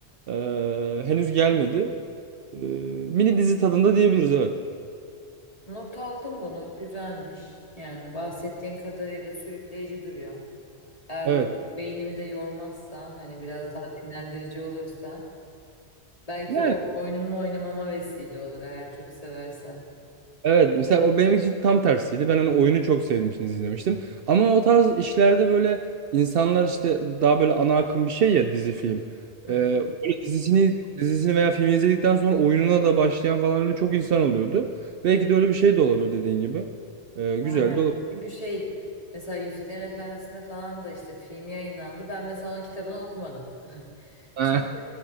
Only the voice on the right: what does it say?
e, henüz gelmedi. E, mini dizi tadında diyebiliriz evet.
Evet.
Yani
Evet mesela o benim için tam tersiydi. Ben hani oyunu çok sevdim için izlemiştim. Ama o tarz işlerde böyle insanlar işte daha böyle ana akım bir şey ya dizi film.
Ee,
böyle dizisini dizisini veya filmi izledikten sonra oyununa da başlayan falan öyle çok insan oluyordu. Belki de öyle bir şey de olabilir dediğin gibi. Ee, güzel
de olabilir.
<laughs>
Ha.